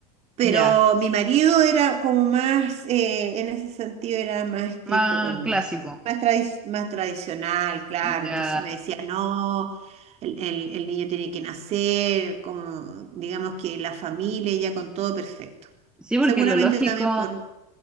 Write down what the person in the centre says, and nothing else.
Ya,
más
clásico.
Ya.
Sí, porque
lo lógico,